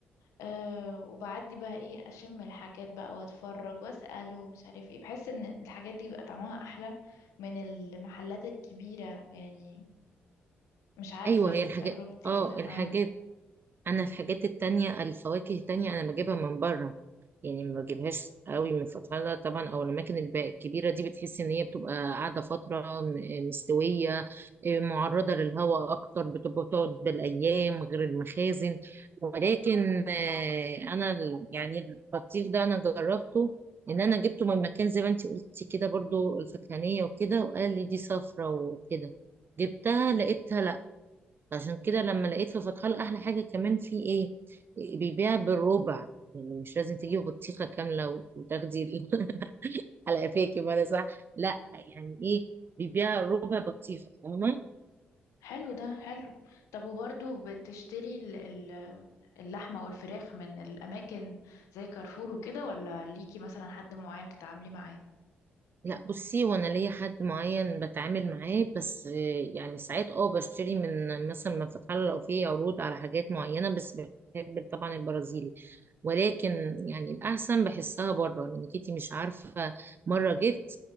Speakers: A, on the left (about 75°); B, on the right (about 45°).
A: أه وبعدي بقى ايه اشم الحاجات بقى واتفرج واسأل ومش عارف ايه بحس ان الحاجات دي بيبقى طعمها احلى من المحلات الكبيرة يعني مش عارفة
B: ايوه
A: يعني
B: هي الحاجات
A: تجربتي
B: اه
A: كده معاهم
B: الحاجات انا الحاجات التانية الفواكه التانية انا بجيبها من بره يعني ما بجيبهاش قوي من فتحة طبعا او الاماكن الب- الكبيره دي بتحس ان هي بتبقى قاعده فتره م- مستويه إيه، معرضه للهواء اكتر بتبقى بتقعد بالايام غير المخازن ولكن آه، انا ال- يعني البطيخ ده انا جربته ان انا جبته من مكان زي ما انتي قلتي كده برضو الفكهانيه وكده وقال لي دي صفرة وكده جبتها لقيتها عشان كده لما لقيت في فتح الله احلى حاجه كمان في ايه بيبيع بالربع يعني مش لازم تجيب بطيخه كامله و- وتاخدي ال- <laughs> على قفاكي ما ده صح لا يعني ايه بيبيع ربع بطيخه فاهمه
A: حلو ده حلو طب وبرضو بتشتري ال- ال- اللحمة والفراخ من الأماكن زي كارفور وكده ولا ليكي مثلا حد معين تتعاملي معاه
B: لا بصي وانا ليا حد معين بتعامل معاه بس آه، يعني ساعات اه بشتري من مثلا من فتح الله لو في عروض على حاجات معينه بس بحب طبعا البرازيلي ولكن يعني الاحسن بحسها بره لانك انتي مش عارفه مره جيت